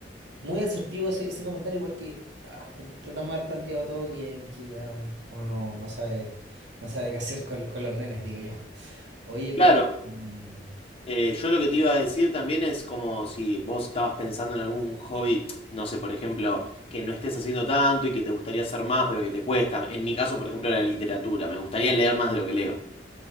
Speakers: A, on the right; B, on the left.
A: muy asertivo ese, ese comentario porque ah, está, está tan mal planteado todo que, que ya uno no, no sabe, no sabe qué hacer con, con los nenes, digo yo. Oye, pero...
B: Claro,
A: mm,
B: eh, yo lo que te iba a decir también es como si vos estabas pensando en algún hobby, no sé, por ejemplo, que no estés haciendo tanto y que te gustaría hacer más, pero que te cuesta. En mi caso, por ejemplo, la literatura. Me gustaría leer más de lo que leo.